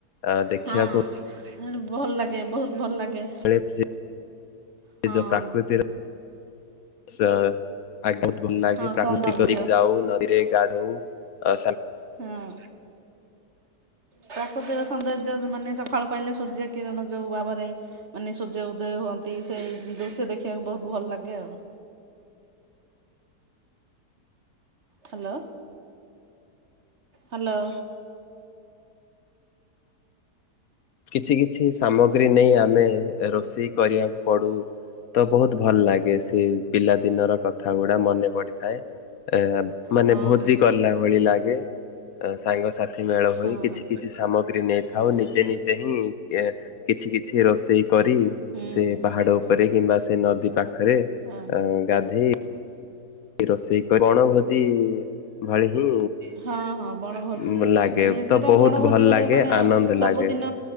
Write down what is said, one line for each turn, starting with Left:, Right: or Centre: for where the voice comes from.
Left: ଆ ଦେଖିବାକୁ
Right: ହଁ ଭଲ ଲାଗେ। ବୋହୁତ୍ ଭଲ ଲାଗେ।
Left: ସେ
Right: ହଁ
Left: ଏ ଯୋଉ ପ୍ରାକୃତିର ଆଚ୍ଛା। ଆ ବହୁତ ଭଲ ଲାଗେ।
Right: ହଁ
Left: ପ୍ରାକୃତି
Right: ସୌନ୍ଦର୍ଯ୍ୟ
Left: କରି
Right: ହଁ।
Left: ଯାଉ ନଦୀରେ ଗାଧଉ ଆଶା
Right: ହଁ। ପ୍ରାକୃତିକ ସୌନ୍ଦର୍ଯ୍ୟ ମାନେ ସକାଳୁ ପାଇଲେ ସୂର୍ଯ୍ୟ କିରଣ ଯୋଉ ଭାବରେ ମାନେ ସୂର୍ଯ୍ୟ ଉଦୟ ହୁଅନ୍ତି। ସେଇ ଦୃଶ୍ୟ ଦେଖିବାକୁ ବହୁତ ଭଲ ଲାଗେ ଆଉ। ହାଲୋ। ହାଲୋ।
Left: କିଛି କିଛି ସାମଗ୍ରୀ ନେଇ ଆମେ ରୋଷେଇ କରିବାକୁ ପଡୁ ତ ବହୁତ ଭଲ ଲାଗେ ସେ ପିଲାଦିନର କଥା ଗୁଡା ମନେ ପଡ଼ିଥାଏ। ଏ ମାନେ
Right: ହଁ
Left: ଭୋଜି
Right: ହଁ
Left: କଲା ଭଳି ଲାଗେ ସାଙ୍ଗସାଥି ମେଳ ହୋଇ
Right: ହଁ
Left: କିଛି
Right: ହଁ
Left: କିଛି ସାମଗ୍ରୀ ନେଇଥାଉ ନିଜେ ନି ଯେ ହିଁ ଏ କିଛି କିଛି ରୋଷେଇ କରି
Right: ହୁଁ
Left: ସେ ପାହାଡ
Right: ହୁଁ ହୁଁ
Left: ଉପରେ କିମ୍ବା ସେ ନଦୀ ପାଖରେ ଅ
Right: ଓହୋ।
Left: ଗାଧେଇ ରୋଷେଇ କରି ବଣ ଭୋଜି ଭଳି ହିଁ
Right: ହଁ ହଁ ବଣଭୋଜି
Left: ଉଁ ଲାଗେ।
Right: ମାନେ ସେଇଟା
Left: ତ ବହୁତ
Right: ବଣଭୋଜି
Left: ଭଲ
Right: ଗୋଟେ
Left: ଲାଗେ,
Right: ମାନେ
Left: ଆନନ୍ଦ
Right: ସବୁଦିନ
Left: ଲାଗେ।